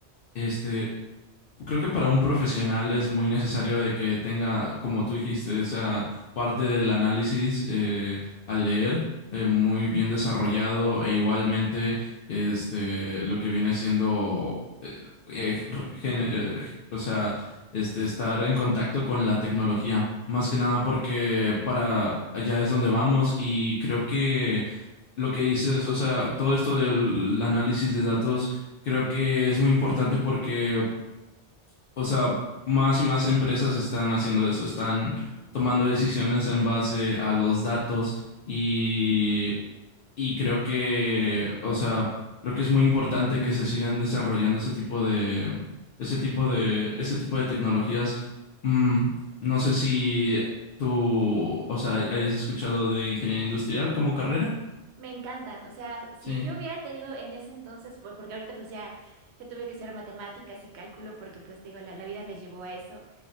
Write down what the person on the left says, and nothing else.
este, Creo que para un profesional es muy necesario de que tenga, como tú dijiste, esa parte del análisis eh, al leer eh, muy bien desarrollado e igualmente este, lo que viene siendo, eh, eh, gen- eh, o sea, este, estar en contacto con la tecnología. Más que nada porque para allá es donde vamos y creo que lo que dices, o sea, todo esto del análisis de datos creo que es muy importante porque o sea, más y más empresas están haciendo eso, están tomando decisiones en base a los datos y, y creo que, o sea, creo que es muy importante que se sigan desarrollando ese tipo de, ese tipo de, ese tipo de tecnologías. Mm, no sé si tú, o sea, hayas escuchado de ingeniería industrial como carrera.
Sí,